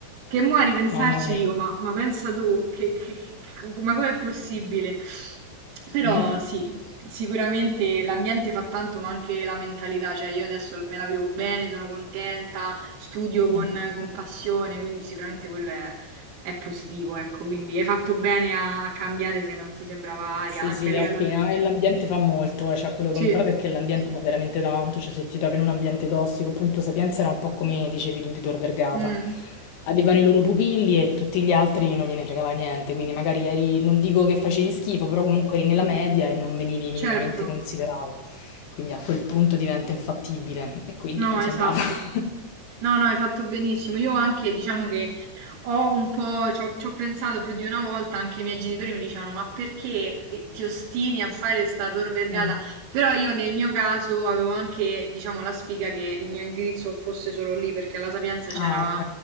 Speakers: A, on the right; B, on the left.
A: Che mo' a ripensarci
B: Mamma mia.
A: dico, ma, ma pensa tu, che- che- che- ma com'è possibile? Però
B: <laughs>
A: sì, sicuramente l'ambiente fa tanto, ma anche la mentalità, cioè io adesso me la vivo bene, sono contenta, studio con,
B: Mm.
A: con passione, quindi sicuramente quello è, è positivo, ecco, quindi hai fatto bene a, a cambiare se non ti sembrava aria,
B: Sì,
A: anche
B: sì,
A: a livello...
B: appena. E l'ambiente fa molto, eh, cioè quello
A: Sì,
B: che ho imparato è che l'ambiente fa veramente tanto, cioè se ti trovi in un ambiente tossico, appunto Sapienza era un po' come dicevi tu di Tor Vergata,
A: mm,
B: avevano i loro pupilli e tutti gli altri non gliene fregava niente, quindi magari eri, non dico che facevi schifo, però comunque eri nella media e non venivi
A: certo.
B: minimamente considerato, quindi a quel punto diventa infattibile e quindi
A: No,
B: me ne sono
A: esatto.
B: andata. <laughs>
A: No, no, hai fatto benissimo. Io anche, diciamo che ho un po', ci ho, ci ho pensato più di una volta, anche i miei genitori mi dicevano, ma perché eh, ti ostini a fare sta Tor Vergata?
B: Eh,
A: Però io nel mio caso avevo anche, diciamo, la sfiga che il mio indirizzo fosse solo lì, perché alla Sapienza c'era
B: Ah, ok.